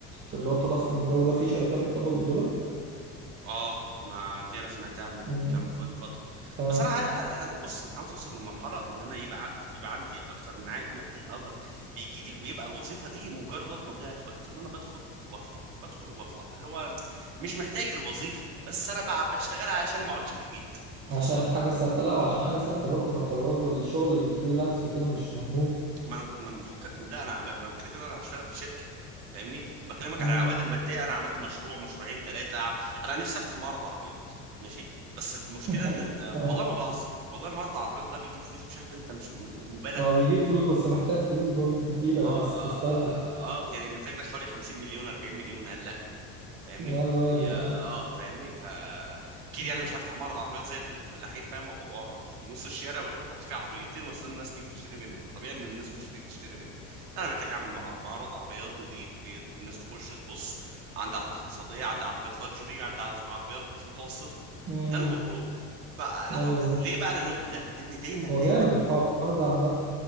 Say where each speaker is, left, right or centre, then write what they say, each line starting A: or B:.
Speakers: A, on the right; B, on the right.
A: اللي هو التضخم والجو ده في شركات بتقبض بالدولار
B: اه ما دي انا سمعتها من
A: مم.
B: كام فيلم فتره
A: اه
B: بس انا عاي- انا بص انا عاوز اوصل لمرحله ان انا يبقى عكت... يبقى عندي اكتر من عائد مادي اقدر بيجي لي ويبقى الوظيفه دي مجرد مضيعه وقت ان انا بدخل واطلع بدخل وبطلع اللي هو مش محتاج الوظيفه بس انا بقى بشتغلها عشان ما اقعدش في البيت باختصار
A: عشان حاجة ثابتة لا وعشان
B: اه
A: حاجة ثابتة برضو ما انت برضو الشغل الفريلانس وكده مش مضمون
B: ما انا ما انا مفكك من ده انا انا كده كده انا هشتغل في شركه فاهمني بكلمك
A: مم.
B: على العوائد الماديه انا عملت مشروع مشروعين ثلاثه انا نفسي افتح معرض عربيات ماشي بس المشكله
A: <laughs>
B: ان ال... والله
A: اه
B: ما بهزر والله معرض العربيات ده بيجيب فلوس بشكل انت مش مبالغ
A: ما هو
B: فيه.
A: بيجيب فلوس بس محتاج فلوس برضو كبيرة
B: اه
A: كس-
B: اه
A: كستارت
B: اه آه، آه، يعني محتاج لك حوالي 50 مليون 40 مليون هل لها يعني فاهمني
A: ده الواجب
B: يا
A: اه
B: اه فاهمني فا اكيد يعني مش هفتح معرض عربيات زي الفلاحين فاهم وأق- وأق- في نص الشارع وأش- واحط فيه عربيتين واستنى الناس تيجي تشتري مني ما طبيعي ان الناس مش تيجي تشتري مني انا محتاج اعمل مع- معرض عربيات نظيف بي- الناس تخش تبص عندي عربيات اقتصاديه عندي عربيات لاكجري عندي عز- عربيات متوسطه
A: مم.
B: ده المفروض فالعرب...
A: ايوه
B: ليه بقى انا ناوي في ده لان دايما
A: هو
B: دايما
A: جامد الحوار ده عامة